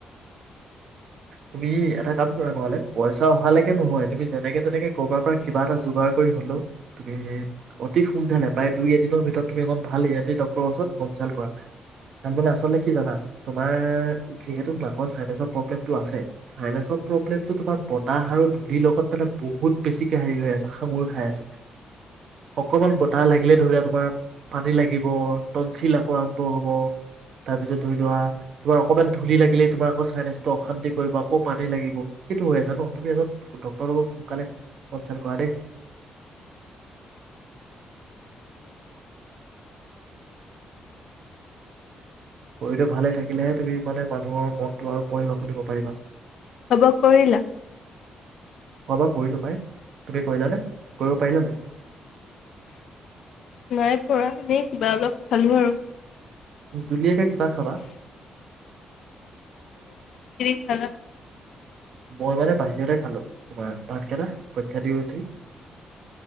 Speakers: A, on the right; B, on the left.
A: তুমি এটা কাম কৰা নহলে পইচ অহালৈকে নহয়। তুমি যেনেকে - তেনেকে কৰবাৰ পৰা কিবা এটা যোগাৰ কৰি হ'লেও, তুমি অতি সোনকালে প্ৰায় দুই-এদিনৰ ভিতৰত তুমি এজন ভাল ই এন টি ডক্টৰৰ ওচৰত কনছাল্ট কৰা । তাৰমানে আচলতে কি জানা? তোমাৰ যিহেতু নাকৰ ছাইনাছৰ প্ৰব্লেমটো আছে। ছাইনাছৰ প্ৰব্লেমটো তোমাৰ বতাহ আৰু ধূলিৰ লগত মানে বহুত বেছিকে হেৰি হৈ আছে- সাঙোৰ খাই আছে । অকমান বতাহ লাগিলে ধৰি লোৱা তোমাৰ পানী লাগিব, টনঞ্চিল আকৌ আৰম্ভ হব। তাৰপিছত ধৰি লোৱা, তোমাৰ অকণমান ধূলি লাগিলে তোমাৰ আকৌ ছাইনাছ তো অশান্তি কৰিব, আকৌ পানী লাগিব । সেইটো হৈ আছে ন'? তুমি এজন ডক্টৰৰ লগত সোনকালে কনছাল্ট কৰা দেই।
B: উম।
A: শৰীৰটো ভালে থাকিলেহে তুমি মানে মানুহৰ মনটো আৰু পঢ়িব-শুনিব পাৰিবা। খোৱা-বোৱা
B: খোৱা বোৱা কৰিলা?
A: কৰিলোঁ পাই । তুমি কৰিলা নে? কৰিব পাৰিলান নাই?
B: নাই পৰা। এনেই কিবা অলপ খালোঁ আৰু।
A: জুলীয়াকে কিবা খাবা?
B: হেল্ল'?
A: মই মানে বাহিৰতে খালোঁ, তোমাৰ ভাতকেটা পৰীক্ষা দি উঠি।